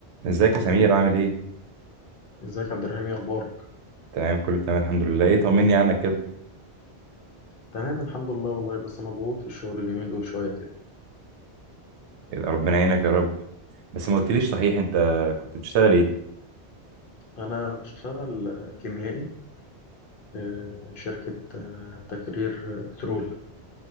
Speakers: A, on the right; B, on the left.
A: ازيك يا سمير عامل ايه؟
B: ازيك يا عبد الرحيم ايه اخبارك
A: تمام كله تمام الحمد لله ايه طمني عنك كده
B: تمام الحمد لله والله بس مضغوط في الشغل اليومين دول شويه كده
A: إيه، ربنا يعينك يا رب بس ما قلتليش صحيح انت كنت بتشتغل ايه؟
B: انا بشتغل آه، كيميائي في شركه آه، تكرير آه، بترول